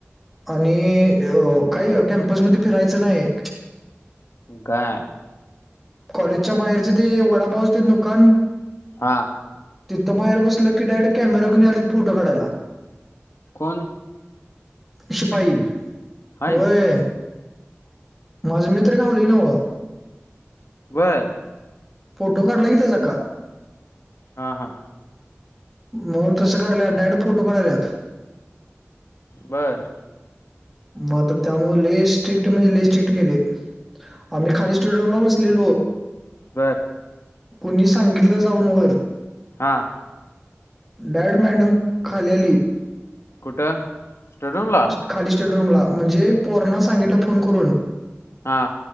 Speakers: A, in the centre; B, on the left.
A: आणि अ काय कॅम्पसमध्ये फिरायचं नाही
B: गा
A: कॉलेजच्या बाहेरचे ते वडापावचे ते दुकान
B: हा
A: तिथं बाहेर बसल की डायरेक्ट कॅमेरा घेऊन यायलेत फोटो काढायला.
B: कोण
A: शिपाई
B: हाय
A: होय माझ मित्र गाव्हलय नव्ह.
B: बर
A: फोटो काढला कि त्याच्या
B: हा हा
A: मग तसं करायल्यात डायरेक्ट फोटो काढाल्यात.
B: बरं
A: मग आता त्यामुळे लय स्ट्रिक्ट म्हणजे लय स्ट्रिक्ट केले. आम्ही खाली स्टुडिओला बसलेलो
B: बरं
A: कोणी सांगितलं जाऊन वर-'
B: हां
A: डायरेक्ट मॅडम खाली आली.
B: कुठं? स्टडिरुमला
A: खाली स्टडिरूमला म्हणजे पोरना सांगितलं फोन करून-'
B: हा